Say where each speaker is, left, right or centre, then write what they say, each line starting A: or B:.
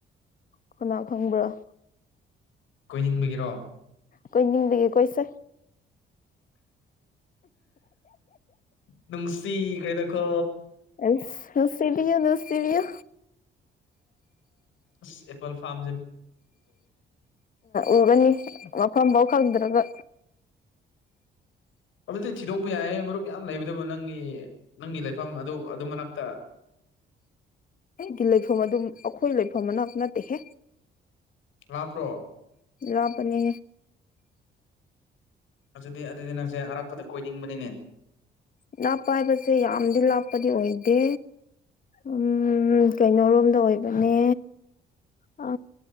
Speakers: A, on the left; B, on the left.
A: ꯀꯅꯥ ꯀꯅꯪꯕꯔꯣ ꯫
B: ꯀꯣꯏꯅꯤꯡꯕꯒꯤꯔꯣ꯫
A: ꯀꯣꯏꯅꯤꯡꯕꯒꯤ ꯀꯣꯏꯁꯦ꯫
B: ꯅꯨꯡꯁꯤꯈꯔꯗ ꯀꯣ꯫
A: ꯑꯁ ꯅꯨꯁꯤꯕꯤꯌꯨ ꯅꯨꯁꯤꯕꯤꯌꯨ꯫
B: ꯑꯁ ꯑꯦꯄꯜ ꯐꯥꯝ
A: ꯎꯒꯅꯤ ꯃꯐꯝꯕꯥꯎ ꯈꯪꯗ꯭ꯔꯒ꯫
B: ꯑꯗꯨꯗꯤ ꯊꯤꯗꯣꯛꯄ ꯌꯥꯏꯌꯦ ꯃꯔꯨꯞ ꯌꯥꯝ ꯂꯩꯕꯗꯨꯕꯨ ꯅꯪꯒꯤ ꯅꯪꯒꯤ ꯂꯩꯐꯝ ꯑꯗꯨ ꯑꯗꯨ ꯃꯅꯛꯇ
A: ꯑꯩꯗꯤ ꯂꯩꯐꯝ ꯑꯗꯨꯝ ꯑꯩꯈꯣꯏ ꯂꯩꯐꯝ ꯑꯅꯥꯛ ꯅꯠꯇꯦꯍꯦ꯫
B: ꯂꯥꯞꯄ꯭ꯔꯣ?
A: ꯂꯥꯞꯄꯅꯦ꯫
B: ꯑꯗꯨꯗꯤ ꯑꯗꯨꯗꯤ ꯅꯪꯁꯦ ꯑꯔꯥꯞꯄꯗ ꯀꯣꯏꯅꯤꯡꯕꯅꯤꯅꯦ꯫
A: ꯥꯂꯥꯞꯄ ꯍꯥꯏꯕꯁꯦ ꯌꯥꯝꯗꯤ ꯂꯥꯞꯄꯗꯤ ꯑꯣꯏꯗꯦ꯫ ꯎꯝ ꯀꯩꯅꯣꯔꯣꯝꯗ ꯑꯣꯏꯕꯅꯦ ꯑ